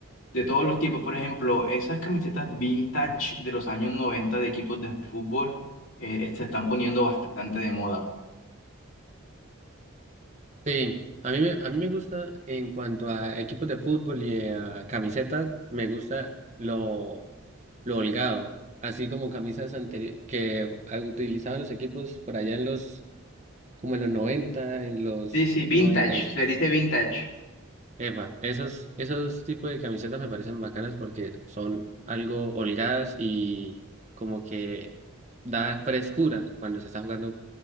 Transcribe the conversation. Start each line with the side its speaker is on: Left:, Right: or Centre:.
Left: De todos los tipos, por ejemplo, esas camisetas vintage de los años 90 de equipos de fútbol eh, se están poniendo bastante de moda.
Right: Sí, a mí me, a mí me gusta en cuanto a equipos de fútbol y eh, a camisetas, me gusta lo, lo holgado. Así como camisas anteriores que ah, utilizaban los equipos por allá en los como en los noventa en los
Left: Sí, sí, vintage,
Right: noventa y cinco
Left: se le dice vintage,
Right: Eva esos, esos tipos de camisetas me parecen bacanas porque son algo holgadas y como que da frescura cuando se está jugando